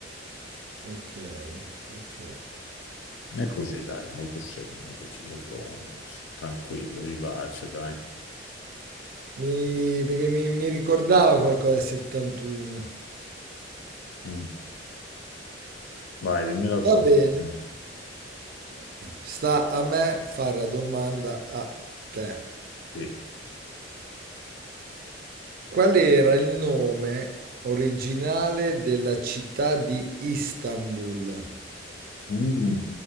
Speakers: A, on the right (about 50°); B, on the left (about 70°).
A: ok, ok.
B: È così, dai, molto semplice, molto s- tranquillo, vivace, dai.
A: Mi, perché mi, mi ricordava qualcosa del 71.
B: Mm. Vai, dimmi la tua
A: Va bene.
B: opinione.
A: Sta a me fare la domanda a te.
B: Sì.
A: Qual era il nome originale della città di Istanbul?
B: Mm,